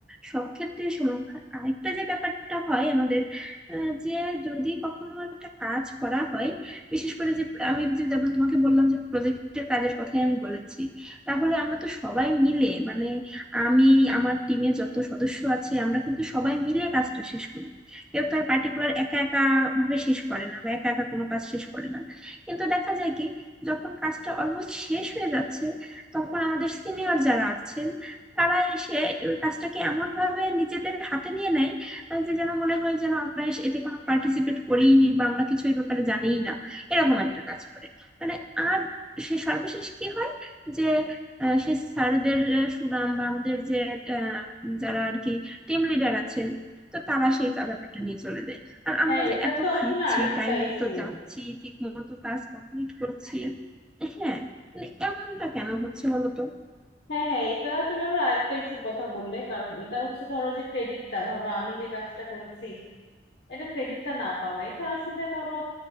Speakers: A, in the centre; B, on the left.
A: সব ক্ষেত্রে সমান আর আরেকটা যে ব্যাপারটা হয় আমাদের আহ, যে যদি কখনো একটা কাজ করা হয় বিশেষ করে যে আমি যে যেমন তোমাকে বললাম যে প্রজেক্টের কাজের কথাই আমি বলেছি তাহলে আমরা তো সবাই মিলে মানে আমি আমার টিমে যত সদস্য আছে আমরা কিন্তু সবাই মিলে কাজটা শেষ করি কেউ তো আর পার্টিকুলার একা একা ভাবে শেষ করে না বা একা একা কোনো কাজ শেষ করে না কিন্তু দেখা যায় কি যখন কাজটা অলমোস্ট শেষ হয়ে যাচ্ছে তখন আমাদের সিনিয়র যারা আছেন তারা এসে ওই কাজটাকে এমন ভাবে নিজেদের হাতে নিয়ে নেয় আহ, যে যেন মনে হয় যেন আমরা এস- এতে কোনো পার্টিসিপেট করিনি বা আমরা কিছু এই ব্যাপারে জানিই না এরকম একটা কাজ করে মানে আর সে সর্বশেষ কি হয় যে আহ, সে স্যারদের আহ, সুনাম বা আমাদের যে আহ, যারা আর কি টিম লিডার আছেন তো তারা সেই কা- ব্যাপারটা নিয়ে চলে যায় আর আমরা
B: হ্যাঁ
A: যে
B: এটা
A: এত
B: তো আসলে
A: খাচ্ছি
B: আরেকটা
A: টাইম
B: ইস্যু
A: মতো যাচ্ছি ঠিক মতো কাজ কমপ্লিট করছি হ্যাঁ মানে এমনটা কেন হচ্ছে বলতো
B: হ্যাঁ হ্যাঁ এটা তুমি আবার আরেকটা ইস্যুর কথা বললে কারণ এটা হচ্ছে ধরো যে ক্রেডিটটা ধরো আমি যে কাজটা করেছি এটা ক্রেডিটটা না পাওয়া এটা আসলে ধরো